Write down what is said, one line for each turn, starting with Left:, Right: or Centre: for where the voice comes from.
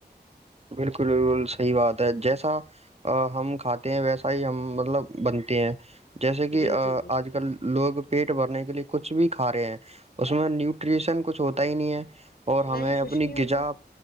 Right: بالکل بالکل صحیح بات ہے جیسا ہم کھاتے ہیں ویسا ہی ہم مطلب بنتے ہیں جیسے کہ
Left: جی جی جی
Right: آج کل لوگ پیٹ بھرنے کے لیے کچھ بھی کھا رہے ہیں اس میں نیوٹریشن کچھ ہوتا ہی نہیں ہے اور ہمیں
Left: نہیں
Right: اپنی
Left: کچھ نہیں ہوتا
Right: غذا